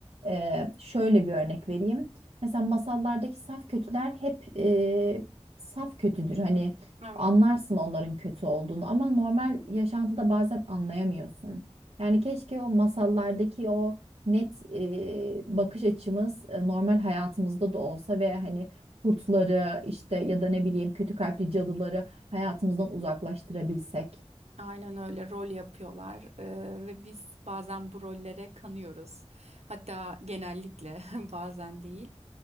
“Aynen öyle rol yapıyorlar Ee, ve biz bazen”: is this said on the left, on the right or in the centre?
Right